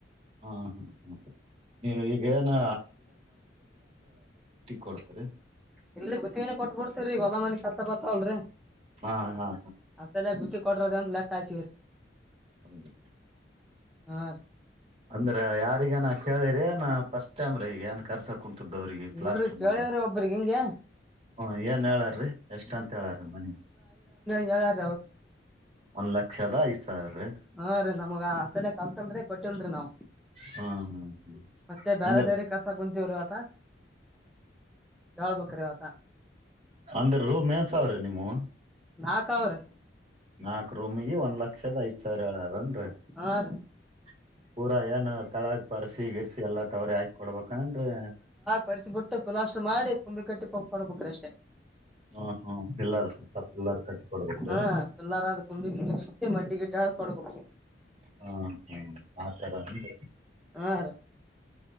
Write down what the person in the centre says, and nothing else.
ಇ ಬುತ್ತಿಗೆನೆ ಕೊಟ್ಬಿಡ್ತೇವ್ರಿ ಹೊಲ ಮನೆಿ ಕೆಲ್ಸ ಬರ್ತಾವಲ್ರರಿ
ಅಸಲೆ ಬ ಕೊಟ್ರದ ಅಂತ ಲೆಕ್ಕ ಆಾಯ್ತೀವರಿ
ಹಾ
ಇಲ್ರಿ ಕೇಳವ್ರಿ
ಒಬ್ರಗ್ ಹಿಂಗೆ
ಯಾ
ಹಾ ರೀ ನಮಗ ಆಸೆನೆ ಕಲ್ತಲ್ರಿ ಕೊಟ್ಟಿಲ್ರಿ ನಾವು
ಮತ್ತೆ ಬೇರೆ
ದೇರಿ ಕರ್ಸ ಕುಂತೀವ್ರೀ ಆತ ಯಾವಳ್ ಬಕ್ರ ಆತ
ನಾಕ್ ಅವ್ರಿ
ಹಾ ರೀ
ಬರ್ಸಿ ಬಿಿಟ್ಟು ಪ್ಲಾಸ್ಟ್ ಮಾಡಿ ಕುಂಬಿ ಕಟ್ಟಿ ಪಾಕ್ ಮಾಡ್ಬೇಕ್ರ ಅಷ್ಟೇ
ಹಾ ಪಿಲ್ಲಾರ ಅದ್ ಕುಂಬಿ ಗಿಂಬಿ ಮಟ್ಟಿ ಗಿಟ್ಟಿ ಹಾಕಿ ಕೊಡ್ಬೇಕು
ಹಾ ರೀ